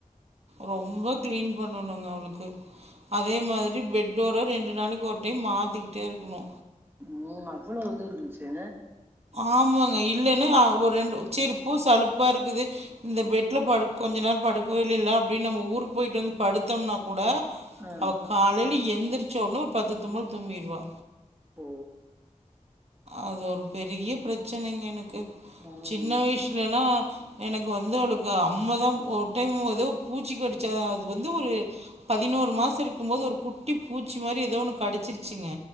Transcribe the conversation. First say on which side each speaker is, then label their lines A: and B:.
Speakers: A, on the right; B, on the right.
A: ரொம்ப கிளீன் பண்ணணுங்க அவளுக்கு அதே மாதிரி பெட் டோர ரெண்டு நாளைக்கி ஒரு டைம் மாத்திக்கிட்டே இருக்கனு
B: ம் அவ்வளோ இது இருன்ச்சு
A: ஆமாங்க இல்லைனா ஒர் ரெண்டு செரி போ சலுப்பா இருக்குது இந்த பெட்ல படு கொஞ்ச நேர படுக்கவே இல்லைல அப்டின் நம்ம ஊருக் போயிட்டு வந்து படுத்தோம்னா கூட
B: ஆ.
A: அவ காலைல எந்திரிச்சோன ஒரு பத்து தும்மல் தும்மிருவா
B: ஓ
A: அது ஒரு பெரிய பிரச்சனைங்க எனக்கு
B: ம்.
A: சின்ன வயசு லெல்லா எனக்கு வந்து அவளுக்கு அம்ம தா ஒரு டைம் எதோ பூச்சி கடிச்சதா அது வந்து ஒரு பதினோரு மாச இருக் கும்போது ஒரு குட்டி பூச்சி மாரி எதோ ஒன்னு கடிச்சிச்சிரருங்க